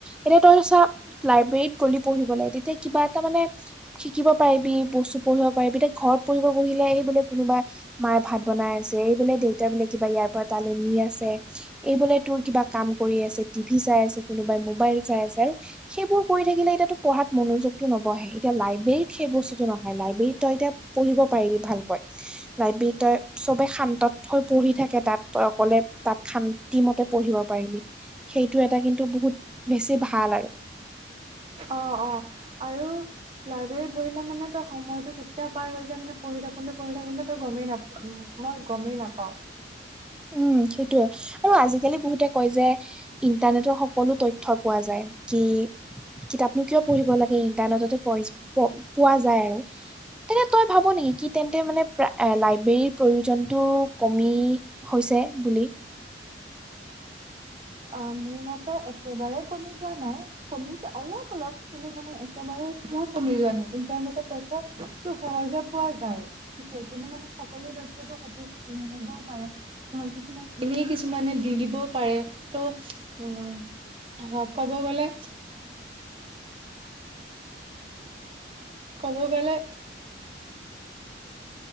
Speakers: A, in the centre; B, on the right.
A: এতিয়া তহঁতে চা লাইব্ৰেৰীত গ'লি পঢ়িবলে, তেতিয়া কিবা এটা মানে শিকিব পাৰিবি, বস্তু পঢ়িব পাৰিবি, তই ঘৰত পঢ়িব বহিলে এই বোলে কোনোবা মায়ে ভাত বনাই আছে, এই বোলে দেউতাই বোলে কিবা ইয়াৰ পৰা তালৈ নি আছে। এইবোলে তোৰ কিবা কাম কৰি আছে, টিভি চাই আছে, কোনোবাই মোবাইল চাই আছ সেইবোৰ কৰি থাকিলে এতিয়াতো পঢ়াত মনোযোগটো নবহেই, এতিয়া লাইব্ৰেৰীত সেই বস্তুটো নহয়। লাইব্ৰেৰীত তই এতিয়া পঢ়িব পাৰিবি ভালকৈ, লাইব্ৰেৰীত তই চবে শান্তত হৈ পঢ়ি থাকে তাত, তই অকলে তাত শান্তি মতে পঢ়িব পাৰিবি। সেইটো এটা কিন্তু, বহুত বেছি ভাল আৰু।
B: অ', অ', আৰু লাইব্ৰেৰীত বহিলে মানে তই সময়টো কেতিয়া পাৰ হয় যায় মানে পঢ়ি থাকোতে, পঢ়ি থাকোনতে তই গমেই নাপ মই গমেই নাপাও।
A: উম, সেইটোয়ে আৰু আজিকালি বহুতে কয় যে ইণ্টাৰনেটৰ সকলো তথ্য পোৱা যায়, কি কিতাপনো কিয় পঢ়িব লাগে, ইণ্টাৰনেটতে প-পোৱা যায় আৰু। তেন্ত তই ভাব নেকি, কি তেন্তে মানে লাইব্ৰেৰীৰ প্ৰয়োজনটো কমি হৈছে বুলি।
B: অ', মোৰ মতে একেবাৰে কমি যোৱা নাই, কমিছে অলপ অলপ। কিন্তু, মানে একেবাৰে কমি যোৱা নাই, ইণ্টাৰনেটত তথ্য টো সহজে পোৱা যায়। <unintelligible> মানে, সকলো তথ্যটো সঠিক নহ'বও পাৰে। ধৰা কিছুমান, এনেই কিছুমানে দি দিবও পাৰে। ত' উম, ক'ব গ'লে ক'ব গ'লে